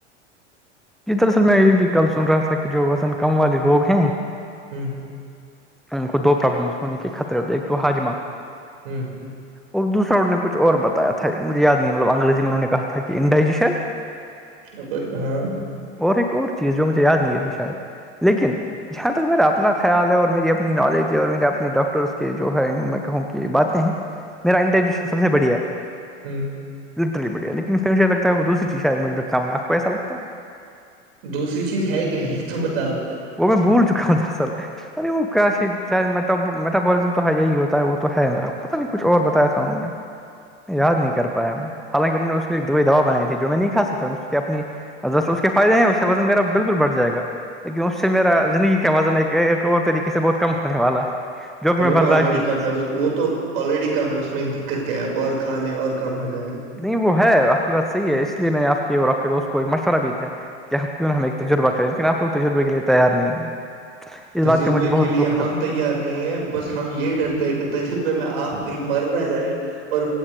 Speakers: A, in the centre; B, on the right (about 60°).
A: جی دراصل میں یہ بھی کل سن رہا تھا کہ جو وزن کم والے لوگ ہیں
B: ہوں
A: ان کو دو پرابلمز ہونے کے خطرے ہوتے ایک تو حاجمہ
B: ہوں <unintelligible>
A: اور دوسرا انہوں نے کچھ اور بتایا تھا مجھے یاد نہیں مطلب انگریزی میں انہوں نے کہا تھا کہ انڈائجیشن
B: ا ہاں <unintelligible> <inaudible>
A: اور ایک اور چیز جو مجھے یاد نہیں رہی شاید لیکن جہاں تک میرا اپنا خیال ہے اور میری اپنی نالج ہے اور میرے اپنے ڈاکٹرس کے جو ہے میں کہوں کہ باتیں ہیں میرا انٹینشن سب سے بڑی ہے
B: ہوں <unintelligible> <inaudible>
A: لٹرلی بڑھیا لیکن پھر مجھے لگتا ہے وہ دوسری چیز شاید مجھ پہ کام ہے آپ کو ایسا لگتا ہے
B: دوسری چیز ہے کیا یہ تو بتاؤ
A: وہ میں بول چکا ہوں دراصل میں ارے وہ کیسی چ میٹولزم تو یہی ہوتا ہے وہ تو ہے میرا پتا نہیں کچھ اور بتایا تھا انہوں نے یاد نہیں کر پایا ہم حالانکہ انہوں نے کے لی ایک دوئی دوا بنائی تھی جو میں نہیں کھ سکتاوں اس کی اپنی اس اس کے فائدے ہیں اس سے وزن میرا بالکل بڑھ جائے گا لیکن اس سے میرا زندگی کا وزن ایک ایک اور طریقے سے بہت کم ہونے والا ہے جو کہ میں
B: وہ تو
A: برداشت
B: آلریڈی
A: نہیں کر
B: کم
A: سکتا
B: ہے وہ تو آلریڈی کم ہے اسس میں دقت کیا ہے اب اور کھا لے اور کم ہو جائے گا
A: نہیں وہ ہے آپ کی بات صحی ہے اس لیے میں نے آپ کے اور آپ کے دوست کو ایک مشورہ بھی تھا ہے کیا کیوں ہمیں تجربہ کریں لیکن آپ کو تجربے کے لیے تیار نہیں ہے اس
B: تجربے
A: بات کا مجھے بہت
B: کے لیے
A: دکھ
B: ہم تیار نہیں ہے بس ہم یہ ڈرتے ہیں کہ تجربے میں آپ کہیں مر نہ جائیں اور